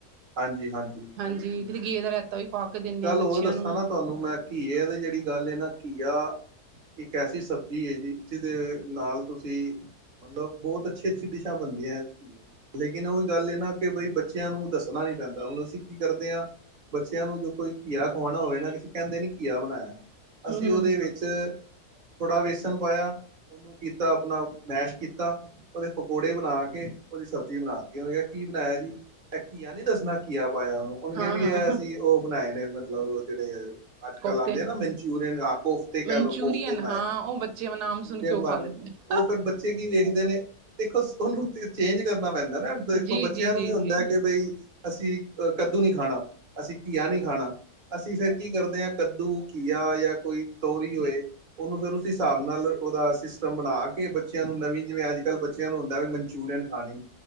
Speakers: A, on the right; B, on the right.
A: ਹਾਂਜੀ-ਹਾਂਜੀ
B: ਹਾਂਜੀ
A: ਓ ਵੀ ਠੀਕ
B: ਕਿਤੇ ਘੀਏ ਦਾ ਰਾਇਤਾ ਵੀ ਪਾ ਕੇ
A: ਇੱਕ
B: ਦਿੰਦੇ
A: ਗੱਲ
B: ਹਾਂ ਬੱਚਿਆਂ
A: ਹੋਰ ਦੱਸਾਂ
B: ਨੂੰ
A: ਨਾ ਤੁਹਾਨੂੰ ਮੈਂ ਘੀਆ ਦੀ ਜੇੜੀ ਗੱਲ ਐ ਨਾ ਘੀਆ ਇੱਕ ਐਸੀ ਸਬਜ਼ੀ ਏ ਜੀ ਜੀਦੇ ਨਾਲ ਤੁਸੀਂ ਮਤਲਬ ਬੋਤ ਅੱਛੀ-ਅੱਛੀ ਡਿਸ਼ਾ ਬਣਦੀਐ ਲੇਕਿਨ ਓਈ ਗੱਲ ਏ ਨਾ ਕਿ ਬਈ ਬੱਚੇਆਂ ਨੂੰ ਦ ਦੱਸਣਾ ਨੀ ਪੈਂਦਾ ਹੁਣ ਅਸੀਂ ਕੀ ਕਰਦੇ ਆ ਬੱਚੇਆਂ ਨੂੰ ਜੋ ਕੋਈ ਘੀਆ ਖਵਾਣਾ ਹੋਵੇ ਨਾ ਅਸੀ ਕਹਿੰਦੇ ਨੀ ਘੀਆ ਬਣਾਇਆ ਅਸੀਂ
B: ਹੂੰ
A: ਉਦੇ ਵਿੱਚ ਥੋੜ੍ਹਾ ਵੇਸਣ ਪਾਇਆ ਓਨੂੰ ਕੀਤਾ ਆਪਣਾ ਮੈਸ਼ ਕੀਤਾ ਓਦੇ ਪਕੌੜੇ ਬਣਾ ਕੇ ਓਦੀ ਸਬਜ਼ੀ ਬਨਾਤੀ ਓਨੇ ਕਿਆ ਕੀ ਬਣਾਇਆ ਜੀ ਇਹ ਘੀਆ ਨੀ ਦੱਸਣਾ ਘੀਆ ਪਾਇਆ ਓਨੂੰ
B: ਹਾਂ-ਹਾਂ
A: ਕੈ ਵੀ ਹ ਅਸੀਂ ਉਹ ਬਣਾਏ ਨੇ ਮਤਲਬ ਜਿਹੜੇ ਅੱਜ-ਕੱਲ
B: ਕੋਫਤੇ
A: ਆਂਦੇ ਨਾ ਮਨਚੂਰੀਅਨ ਆ ਕੋਫਤੇ ਕੈ
B: ਮਨਚੂਰੀਅਨ
A: ਲੋਂ ਕੋਫਤੇ ਬਨਾਏ
B: ਹਾਂ
A: ਨੇ।
B: ਉਹ ਬੱਚੇ ਨਾਮ
A: ਮਨਚੂਰੀਅਨ
B: ਸੁਣ ਕੇ ਉਹ
A: ਬਨ
B: ਖਾ ਲੈਂਦੇ
A: ਓ ਫੇਰ ਬੱਚੇ ਕੀ ਵੇਖਦੇ ਨੇ ਦੇਖੋ ਓਨੂੰ ਤੇ ਚੇਂਜ ਕਰਨਾ ਪੈਂਦੈ ਨਾ। ਦੇਖੋ
B: ਜੀ-ਜੀ-ਜੀ-ਜੀ
A: ਬੱਚੇਆਂ ਨੂੰ ਵੀ ਹੁੰਦੈ ਅਸੀ ਅ ਕੱਦੂ ਨੀ ਖਾਣਾ, ਅਸੀ ਘੀਆ ਨੀ ਖਾਣਾ ਅਸੀ ਫੇਰ ਕੀ ਕਰਦੇ ਆਂ ਕੱਦੂ, ਘੀਆ ਯਾਂ ਕੋਈ ਕ ਤੋਰੀ ਹੋਏ ਓਨੂੰ ਫੇਰ ਉਸ ਹਿਸਾਬ ਨਾਲ ਓਦਾ ਸਿਸਟਮ ਬਣਾ ਕੇ ਬੱਚੇਆਂ ਨੂੰ ਨਵੀਂ ਜਿਵੇਂ ਅੱਜ-ਕੱਲ੍ਹ ਬੱਚੇਆਂ ਨੂੰ ਹੁੰਦੈ ਵਈ ਮਨਚੂਰੀਅਨ ਖਾਣੀ,